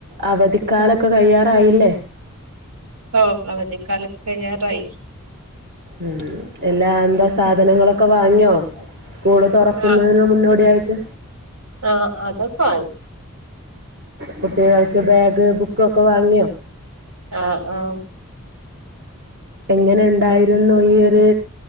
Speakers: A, on the right; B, on the right.
A: അവധിക്കാലൊക്കെ കഴിയാറായില്ലേ
B: ഹ അവധിക്കാല കഴിയാറായി
A: ഉം എല്ലാ എന്താ സാധനങ്ങളൊക്കെ വാങ്ങിയോ സ്കൂള് തുറക്കുന്നതിന്
B: ആഹ്
A: മുന്നോടിയായിട്ട്
B: ആഹ് അതൊക്കൊ വാങ്ങി
A: കുട്ടികൾക്ക് ബാഗ് ബുക്ക ഒക്കെ വാങ്ങിയോ
B: ആഹ് ആഹ്
A: എങ്ങനെ ഉണ്ടായിരുന്നുഈ ഒരു